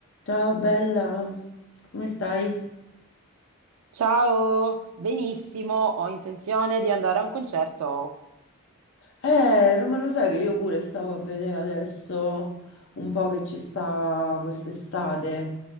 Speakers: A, on the left; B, on the right.
A: Ciao bella, come stai?
B: Ciao, benissimo, ho intenzione di andare a un concerto.
A: Eh, no, ma lo sai che io pure stavo a vedere adesso un po' che ci sta quest'estate,